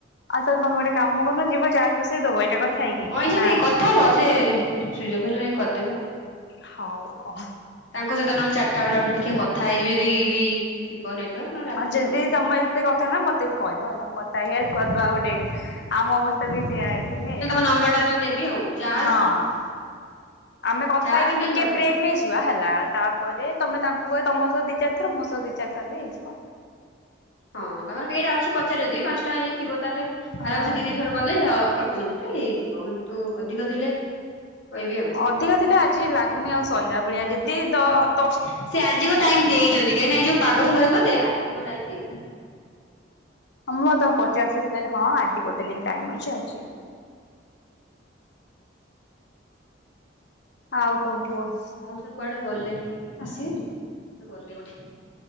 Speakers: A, on the left; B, on the left.
A: ଆଉ ତାହେଲେ ତମେ ଗୋଟେ କାମ କରୁନ ଯିବ ଚାର୍ଜ ବସେଇଦବ ଏଇାଟା କଥା ହେଇକି?
B: କିଛି
A: ନା
B: ନାହିଁ କଥା ହୁଅ ସେ ସୁଇଜ୍ ଅଫ୍ ହେଲେ ଯାଇଁ କରିଦେବେ ଆଉ‌।
A: ହଉ ଅହ୍।
B: ତାଙ୍କ ସହିତ ନହେଲେ ଚାରିଟାବେଳ ଆଡୁକୁ ଦେଖିଆ କଥା ହେଇଯିବି ଯଦି ବି ଥିବ ନେଟୱାର୍କ ନହେଲେ ରାତିରେ
A: ଯଦି
B: ଆଉ।
A: ତମେ ଏତେ କଥା ନା ମତେ ବି କହିବ ହେଲା ମୁଁ କତା ହେଇ ହେଲ୍ପ କରିଦବା ଆଉ ଗୋଟେ ଆମ ଅବସ୍ତା ବି ସେଇଆ ହେଇଥିଲେ।
B: ନମ୍ବରଟା ନହେଲେ ଦେବି ଆଉ ଚା
A: ହଁ ହଁ ଆମେ କଥା
B: ଚାର୍ଜ
A: ହେଇକି
B: ମେନ୍
A: ଟିକେ
B: ଦରକାର।
A: ବ୍ରେକ୍ ନେଇ ଯି ଯିବା ହେଲା ତାପରେ ତମେ ତାଙ୍କୁ କହିବ ତମ ସହ ଦି ଚାରି ଥର ମୋ ସହ ଦି ଚାରି ଥରରେ ହେଇଯିବ।
B: ହଁ ତାଙ୍କର କେଇଟା ଅଛି ପଚାର ଯଦି ପାଂଶ୍ ଟା ଇଏ ଥିବ ତାହେଲେ
A: ହଁ।
B: ଆରାମସେ ଦି ଦି ଥର କଲେ ହ ଅଳ୍ପ ସମୟ ଭିତେରେ ହେଇଯିବ। ତୁ ଅଧିକ ଥିଲେ କହିବି ଆଉ।
A: ଅଧିକା ଥିଲେ ଆଜି ଲାଗୁନି ଆଉ ସଇଲା ଭଳିଆ ଯେଦି ଦ ବ୍
B: ସିଏ ଆଜିକ ଟାଇମ୍ ଦେଇଚନ୍ତି କାହିଁକି ନା ଏଇ ଯୋଉ ପାଗ ସକାଶେ ବୋଧେ ଆଜିିକ ଟାଇମ୍ ଦେଇଛନ୍ତି।
A: ହଁ ମୁଁ ଆଉ ତାଙ୍କୁ ପଚାରଥିଲି ସିଏ କହିଲେ ହଁ ଆଜି ଗୋଟେ ଦିନ ଟାଇମ୍ ଅଛି ଆଜି ଆଉ କଣକୁହ?
B: ମଉସା କୁଆଡେ ଗଲେ ଏଇନା ଆସିବେନି କଣ ଗଲେ ଗୋଠେ